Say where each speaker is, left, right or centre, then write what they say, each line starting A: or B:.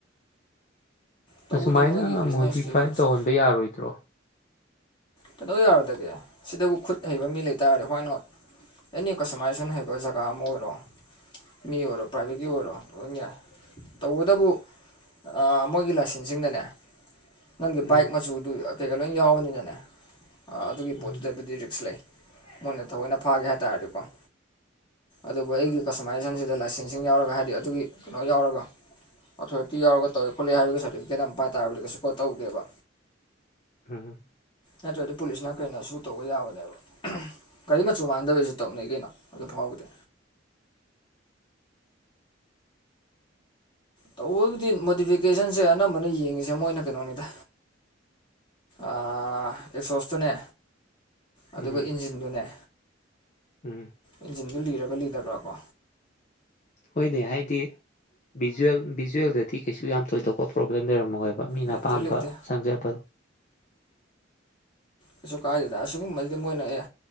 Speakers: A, on the left; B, on the left.
A: ꯇꯧꯕꯨꯗꯤ
B: ꯑꯁꯨꯃꯥꯏꯅ
A: ꯃꯣꯏꯒꯤ ꯕꯤꯖꯤꯅꯦꯁꯀꯤ
B: ꯃꯣꯗꯤꯐꯥꯏ
A: ꯔꯨꯠꯁꯦ
B: ꯇꯧꯍꯟꯕ ꯌꯥꯔꯣꯏꯗ꯭ꯔꯣ
A: ꯀꯩꯗꯧ ꯌꯥꯔꯣꯏꯗꯒꯦ ꯁꯤꯗꯕꯨ ꯈꯨꯠ ꯍꯩꯕ ꯃꯤ ꯂꯩ ꯇꯥꯔꯗꯤ ꯋꯥꯏ ꯅꯣꯠ ꯑꯦꯅꯤ ꯀꯁꯇꯃꯥꯏꯖꯦꯁꯟ ꯍꯩꯕ ꯖꯒꯥ ꯑꯃ ꯑꯣꯏꯔꯣ ꯃꯤ ꯑꯣꯏꯔꯣ ꯄ꯭ꯔꯥꯏꯚꯦꯠꯀꯤ ꯑꯣꯏꯔꯣ ꯂꯣꯏꯅ ꯌꯥꯏ ꯇꯧꯕꯇꯕꯨ ꯑ ꯃꯣꯏꯒꯤ ꯂꯥꯏꯁꯦꯟꯁꯁꯤꯡꯗꯅꯦ ꯅꯪꯒꯤ
B: ꯎꯝ
A: ꯕꯥꯏꯛ ꯃꯆꯨꯗꯨ ꯀꯩꯀ ꯂꯣꯏ ꯌꯥꯎꯕꯅꯤꯅꯅꯦ ꯑꯗꯨꯒꯤ
B: ꯎꯝ
A: ꯄꯣꯠꯇꯨꯗꯕꯨꯗꯤ ꯔꯤꯛꯁ ꯂꯩ ꯃꯣꯏꯅ ꯊꯑꯣꯏꯅ ꯐꯥꯒꯦ ꯍꯥꯏ ꯇꯥꯔꯗꯤꯀꯣ ꯑꯗꯨꯕꯨ ꯑꯩꯒꯤ ꯀꯁꯇꯃꯥꯏꯖꯦꯁꯟꯁꯤꯗ ꯂꯥꯏꯁꯦꯟꯁꯤꯡ ꯌꯥꯎꯔꯒ ꯍꯥꯏꯗꯤ ꯑꯗꯨꯒꯤ ꯀꯩꯅꯣ ꯌꯥꯎꯔꯕ ꯑꯣꯊꯣꯔꯤꯇꯤ ꯌꯥꯎꯤꯒ ꯇꯧꯋꯤ ꯈꯣꯠꯂꯦ ꯍꯥꯏꯕꯒꯤ ꯁꯥꯔꯇꯤꯐꯤꯀꯦꯠ ꯑꯃ ꯄꯥꯏ ꯇꯥꯔꯕꯗꯤ ꯀꯩꯁꯨ ꯀꯣꯠ ꯇꯧꯗꯦꯕ
B: ꯍꯍꯨꯝ
A: ꯅꯠꯇ꯭ꯔꯗꯤ ꯄꯨꯂꯤꯁꯅ ꯀꯩꯅ ꯁꯨ ꯇꯧꯕ ꯌꯥꯕꯅꯦꯕ ꯒꯥꯔꯤ ꯃꯆꯨ ꯃꯥꯟꯅꯗꯕꯩꯁꯨ ꯇꯧꯅꯩ ꯀꯩꯅꯣ ꯑꯗꯨ ꯐꯥꯎꯕꯗꯤ ꯇꯧꯕꯕꯨꯗꯤ ꯃꯣꯗꯤꯐꯤꯀꯦꯁꯟꯁꯦ ꯑꯅꯝꯕꯅ ꯌꯦꯡꯉꯤꯁꯦ ꯃꯣꯏꯅ ꯀꯩꯅꯣꯅꯤꯗ ꯑꯦꯛꯁꯣꯁꯇꯨꯅꯦ ꯑꯗꯨꯒ
B: ꯎꯝ
A: ꯏꯟꯖꯤꯟꯗꯨꯅꯦ
B: ꯎꯝ
A: ꯏꯟꯖꯤꯟꯗꯨ ꯂꯤꯔꯕ ꯂꯤꯗꯕ꯭ꯔꯥ ꯀꯣ
B: ꯍꯣꯏꯅꯦ ꯍꯥꯏꯗꯤ ꯚꯤꯖꯨꯋꯦꯜ ꯚꯤꯖꯨꯋꯦꯜꯗꯗꯤ ꯀꯩꯁꯨ ꯌꯥꯝ ꯊꯣꯏꯗꯣꯛꯄ ꯄ꯭ꯔꯣꯕ꯭ꯂꯦꯝ ꯂꯩꯔꯝꯃꯣꯏ ꯃꯤꯅ
A: ꯂꯩꯇꯦ
B: ꯑꯄꯥꯝꯕ
A: ꯂꯩꯇꯦ
B: ꯁꯪꯖꯕ
A: ꯀꯩꯁꯨ ꯀꯥꯏꯗꯦꯗ ꯑꯁꯤꯒꯨꯝꯕꯗꯤ ꯃꯣꯏꯅ ꯑꯦ